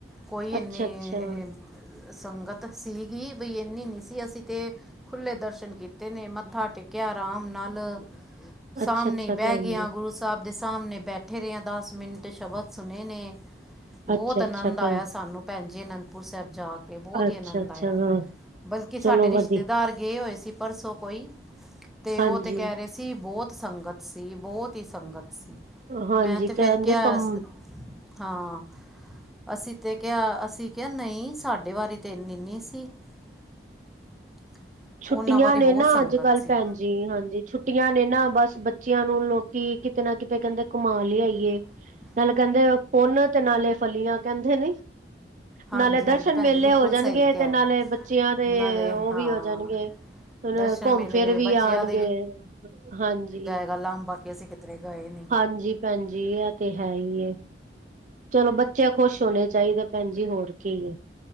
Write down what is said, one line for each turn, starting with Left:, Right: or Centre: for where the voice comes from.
Centre: ਕੋਈ ਏਨੀ
Right: ਅੱਛਾ ਅੱਛਾ
Centre: ਏਹ ਸੰਗਤ ਸੀਗੀ ਬੀ ਏਨੀ ਨੀ ਸੀ ਅਸੀਂ ਤੇ ਖੁੱਲੇ ਦਰਸ਼ਨ ਕੀਤੇ ਨੇ ਮੱਥਾ ਟੇਕਿਆ ਰਾਮ ਨਾਲ।
Right: ਅੱਛਾ
Centre: ਸਾਮਣੇ
Right: ਅੱਛਾ
Centre: ਈ ਬਹਿ
Right: ਭੈਣ
Centre: ਗੇਆਂ
Right: ਜੀ
Centre: ਗੁਰੂ ਸਾਬ ਦੇ ਸਾਮਣੇ ਬੈਠੇ ਰੇਆਂ ਦਸ ਮਿੰਟ ਸ਼ਬਦ ਸੁਣੇ ਨੇ। ਬੋਤ
Right: ਅੱਛਾ ਅੱਛਾ
Centre: ਅਨੰਦ ਆਇਆ
Right: ਭੈਣ
Centre: ਸਾਨੂੰ ਭੈਣ ਜੀ ਅਨੰਦਪੁਰ ਸਾਹਿਬ ਜਾ ਤੇ ਬੋਤ
Right: ਅੱਛਾ
Centre: ਈ ਅਨੰਦ
Right: ਅੱਛਾ
Centre: ਆਇਆ
Right: ਹਾਂ
Centre: ਬਲਕਿ ਸਾਡੇ
Right: ਚਲੋ
Centre: ਰਿਸ਼ਤੇਦਾਰ
Right: ਵਧੀ
Centre: ਗਏ ਹੋਏ ਸੀ। ਪਰਸੋਂ ਕੋਈ ਤੇ
Right: ਹਾਂਜੀ
Centre: ਓ ਤੇ ਕਹਿ ਰਹੇ ਸੀ। ਕਿ ਬੋਤ ਸੰਗਤ ਸੀ ਬੋਤ ਈ ਸੰਗਤ ਸੀ।
Right: ਹਾਂਜੀ
Centre: ਮੈਂ ਤੇ ਫਿਰ
Right: ਕਹਿੰਦੇ
Centre: ਕਿਹਾ
Right: ਕੰਮ
Centre: ਸ ਹਾਂ। ਅਸੀਂ ਤੇ ਕਿਹਾ ਅਸੀਂ ਕਿਹਾ ਨਹੀਂ ਸਾਡੇ ਵਾਰੀ ਤੇ ਏਨੀ ਨੀ ਸੀ। <inaudible>
Right: ਛੁੱਟੀਆਂ
Centre: ਵਾਰੀ
Right: ਨੇ
Centre: ਬਹੁਤ
Right: ਨਾ
Centre: ਸੰਗਤ
Right: ਅੱਜ ਕੱਲ
Centre: ਸੀ
Right: ਭੈਣ ਜੀ ਹਾਂਜੀ। ਛੁੱਟੀਆਂ ਨੇ ਨਾ ਬਸ ਬੱਚੇਆਂ ਨੂੰ ਲੋਕੀ ਕਿਤੇ ਨਾ ਕਿਤੇ ਕਹਿੰਦੇ ਘੁਮਾ ਲਿਆਈਏ।
Centre: <inaudible>
Right: ਨਾਲ ਕਹਿੰਦੇ ਪੁੰਨ ਤੇ ਨਾਲੇ ਫਲੀਆਂ ਕਹਿੰਦੇ ਨਹੀਂ।
Centre: ਹਾਂਜੀ
Right: ਨਾਲੇ ਦਰਸ਼ਨ
Centre: ਹਾਂਜੀ ਭੈਣ
Right: ਮੇਲੇ
Centre: ਜੀ ਬਿਲਕੁਲ
Right: ਹੋ ਜਾਣਗੇ
Centre: ਸਹੀ ਕਿਹਾ
Right: ਤੇ ਨਾਲੇ ਬੱਚੇਆਂ ਦੇ
Centre: ਨਾਲੇ
Right: ਓ
Centre: ਹਾਂ
Right: ਵੀ ਹੋ ਹੋ ਜਾਣਗੇ ਹੁਣ
Centre: ਦਰਸ਼ਨ
Right: ਘੁੰਮ
Centre: ਮੇਲੇ
Right: ਫਿਰ ਵੀ
Centre: ਬੱਚਿਆਂ
Right: ਆਣਗੇ ਹਾਂਜੀ।
Centre: ਗੱਲਾਂਬ <unintelligible> ਵੈਸੇ ਕਿਤਨੇ <unintelligible> ਹੈ ਨਹੀਂ।
Right: ਹਾਂਜੀ ਭੈਣ ਜੀ ਐ ਤੇ ਹੈ ਈ ਏ। ਚਲੋ ਬੱਚੇ ਖੁਸ਼ ਹੋਣੇ ਚਾਹੀਦੇ ਭੈਣ ਜੀ ਹੋਰ ਕੀ ਏ।